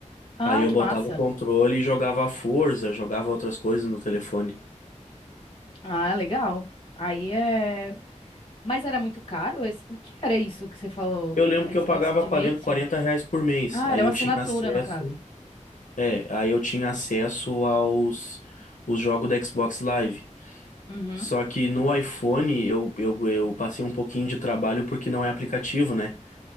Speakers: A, on the left (about 40°); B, on the left (about 80°).
A: Ah,
B: Aí eu
A: que
B: botava
A: massa.
B: o controle e jogava a Forza, jogava outras coisas no telefone.
A: Ah, legal. Aí é. Mas era muito caro? esse- O que era isso que você falou?
B: Eu lembro que eu
A: Xbox
B: pagava
A: Ultimate?
B: 40, 40 reais por mês.
A: Ah,
B: Aí
A: era uma
B: eu
A: assinatura,
B: tinha acesso.
A: no caso.
B: É, aí eu tinha acesso aos os jogos do Xbox Live.
A: Uhum.
B: Só que no iPhone eu, eu, eu passei um pouquinho de trabalho porque não é aplicativo, né?